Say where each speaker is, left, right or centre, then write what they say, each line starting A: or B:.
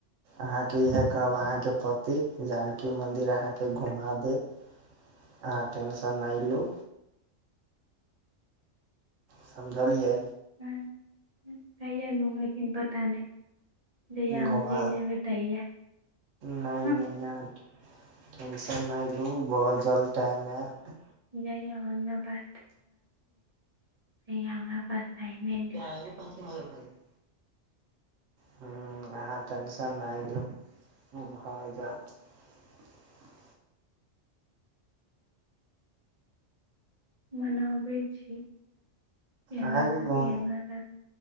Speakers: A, on the right; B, on the right.
A: अहाँके इह कहब अहाँके पति जानकी मंन्दिर अहाँके घुमा देत आ टेन्शन नय लू समझलियै
B: ह कहियआ घुमेथिन पता नहि जहिया हम
A: घुमा
B: चलि जेबै तहिया
A: नहि
B: हँ
A: नहि यार टेन्सन नहि लि हुं बहुत जल्द टाइम आयत
B: जहिया हुनका पास हमरा पास टाइमे
A: <unintelligible>
B: नहि रहतै
A: ह अहाँ टेंशन नहि लू भ जात हँ
B: मनाबै छी कि हमरा
A: अहाँके
B: पति
A: घूम
B: हमरा साथ